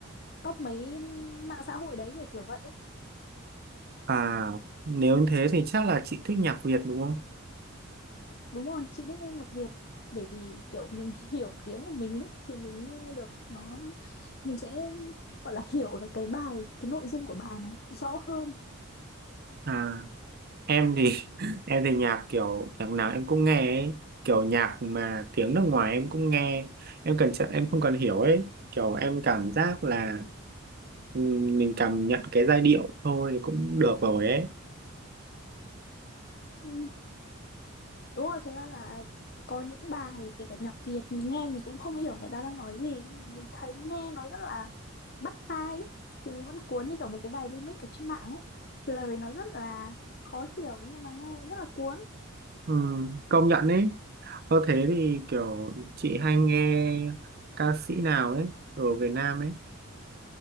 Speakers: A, on the left; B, on the right.
A: top mấy mạng xã hội đấy kiểu kiểu vậy ấy.
B: À nếu thế thì chắc là chị thích nhạc Việt đúng không?
A: Đúng rồi, chị thích nghe nhạc Việt bởi vì kiểu mình <laughs> hiểu tiếng của mình ấy thì mình nghe được nó mình sẽ gọi là hiểu được cái bài cái nội dung của bài nó rõ hơn.
B: À, em thì <laughs> em thì nhạc kiểu nhạc nào em cũng nghe ấy. Kiểu nhạc mà tiếng nước ngoài em cũng nghe em cần em không cần hiểu ấy kiểu em cảm giác là ừm, mình cảm nhận cái giai điệu thôi thì cũng được rồi ấy
A: Ừ. Đúng rồi, thực ra là có những bài kể cả nhạc Việt mình nghe mình cũng không hiểu người ta đang nói gì nhưng mà mình thấy nghe nó rất là bắt tai ấy. Thì mình vẫn cuốn như kiểu mấy cái bài remix ở trên mạng ấy. Lời nó rất là khó hiểu nhưng mà nghe rất là cuốn.
B: Ừm, công nhận ấy có thế thì kiểu chị hay nghe ca sĩ nào ấy ở Việt Nam